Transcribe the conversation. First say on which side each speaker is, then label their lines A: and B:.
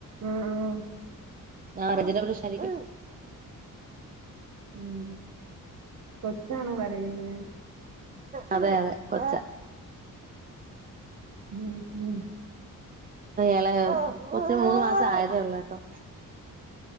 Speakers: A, on the right; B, on the right.
A: ആ ആ
B: <inaudible> ഫ്രഷാരിക്കും
A: ഉം കൊച്ചാണോ കരയുന്നെ
B: അതെ അതെ കൊച്ച
A: ഉം ഉം
B: എളേ കൊച്ച് മൂന്ന് മാസ ആയതേ ഉള്ളൂട്ടോ